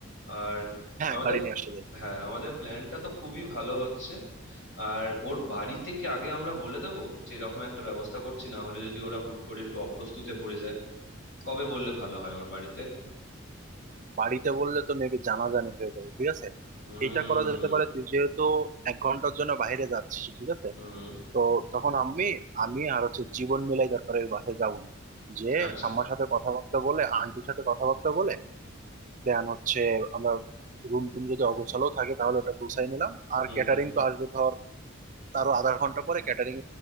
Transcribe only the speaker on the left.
আর
আমাদের
হ্যাঁ আমাদের প্ল্যানটা তো খুবই ভালো হচ্ছে আর ওর বাড়িতে কি আগে আমরা বলে দেবো যে এরকম একটা ব্যবস্থা করছি না হলে যদি ওরা হুট করে একটু অপ্রস্তুতে পড়ে যায় কবে বললে ভালো হয় ওর বাড়িতে
হুম
হুম
আচ্ছা
হুম
হুম হুম